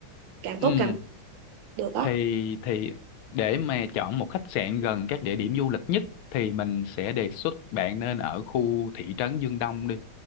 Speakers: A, on the right; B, on the left.
A: càng
B: ừ
A: tốt càng được đó.
B: thì thì để mà chọn một khách sạn gần các địa điểm du lịch nhất thì mình sẽ đề xuất bạn nên ở khu thị trấn Dương Đông đi